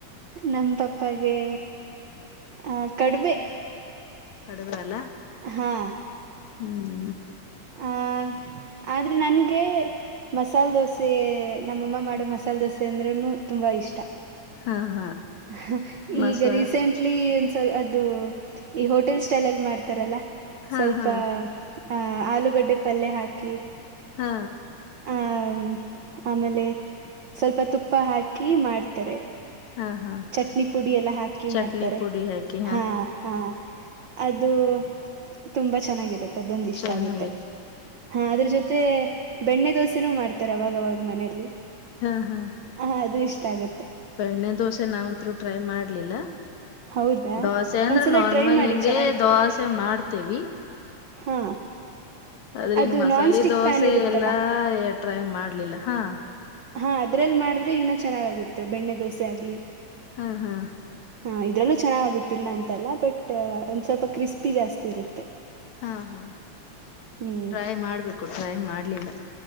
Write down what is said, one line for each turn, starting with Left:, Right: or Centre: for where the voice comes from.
Right: ನಮ್ಮ ಪಪ್ಪಗೆ ಆ ಕಡುಬೆ
Left: ಕಡಗ ಅಲ್ಲ
Right: ಹಾ
Left: ಹ್ಮ್
Right: ಆಹ ಆದ್ರೆ ನನ್ಗೆ ಮಸಾಲೆ ದೋಸೆ ನಮ್ಮಮ್ಮ ಮಾಡುವ ಮಸಾಲೆ ದೋಸೆ ಅಂದ್ರೂ ತುಂಬಾ ಇಷ್ಟ
Left: ಹಾ ಹಾ
Right: ಹ
Left: ಮಸಾ
Right: ಈಗ ರೀಸೆಂಟ್ಲಿ ಒಂದಸಲ್ ಅದು ಈ ಹೋಟೆಲ್ ಸ್ಟೈಲ್ ಅಲ್ಲಿ ಮಾಡ್ತಾರಲ್ಲಾ
Left: ಹಾ
Right: ಸ್ವಲ್ಪ
Left: ಹಾ
Right: ಆಹ ಆಲೂಗಡ್ಡೆ ಪಲ್ಯ ಹಾಕಿ
Left: ಹಾ
Right: ಆಹ್ ಆಮೇಲೆ ಸ್ವಲ್ಪ ತುಪ್ಪ ಹಾಕಿ ಮಾಡ್ತಾರೆ
Left: ಹಾ ಹಾ
Right: ಚಟ್ನಿ ಪುಡಿ ಎಲ್ಲ ಹಾಕಿ
Left: ಚಟ್ನಿ
Right: ಮಾಡ್ತಾರೆ
Left: ಪುಡಿ ಹಾಕಿ
Right: ಹಾ ಹಾ ಅದು ತುಂಬಾ ಚೆನ್ನಾಗಿರು ದೊಂದು ಇಷ್ಟ
Left: ಚೆನ್ನಾಗಿ
Right: ಆಗುತ್ತೆ ಹಾ ಅದ್ರ ಜೊತೆ ಬೆಣ್ಣೆ ದೋಸೆನೂ ಮಾಡ್ತಾರ ಅವಾಗವಾಗ ಮನೆಯಲ್ಲಿ
Left: ಹಾ ಹಾ
Right: ಹ ಅದು ಇಷ್ಟ ಆಗತ್ತೆ
Left: ಬೆಣ್ಣೆ ದೋಸೆ ನಾವಂತೂ ಟ್ರೈ ಮಾಡ್ಲಿಲ್ಲ
Right: ಹೌದಾ
Left: ದೋಸೆ ಅಂದ್ರ
Right: ಒಂದ್ಸಲ
Left: ನಾರ್ಮಲ್
Right: ಟ್ರೈ ಮಾಡಿ
Left: ಹಿಂಗಗೆ
Right: ಚೆನ್ನಾಗಿ
Left: ದೋಸೆ ಮಾಡ್ತೇವಿ
Right: ಹಾ
Left: ಅದ್ರಿಂಗ
Right: ಅದು
Left: ಮಸಾಲೆ
Right: ನಾನ್ ಸ್ಟಿಕ್
Left: ದೋಸೆ
Right: ಪ್ಯಾನ್ ಇರುತ್ತಲ್ಲಾ
Left: ಎಲ್ಲಾ ಎ ಟ್ರೈ ಮಾಡ್ಲಿಲ್ಲ ಹಾ
Right: ಹಾ ಅದ್ರಲ್ಲಿ ಮಾಡಿದ್ರೆ ಈನ್ನ ಚೆನ್ನಾಗಾಗುತ್ತೆ ಬೆಣ್ಣೆ ದೋಸೆ ಆಗ್ಲಿ
Left: ಹಾ ಹಾ
Right: ಹಾ ಇದ್ರಲ್ಲೂ ಚೆನ್ನಾಗಾಗುತ್ತಿಲ್ಲ ಅಂತಲ್ಲ ಬಟ್ ಒಂದ್ ಸ್ವಲ್ಪ ಕ್ರಿಸ್ಪಿ ಜಾಸ್ತಿ ಇರುತ್ತೆ
Left: ಹಾ ಹಾ
Right: ಹ್ಮ್
Left: ಟ್ರೈ ಮಾಡ್ಬೇಕು ಟ್ರೈ ಮಾಡ್ಲಿಲ್ಲ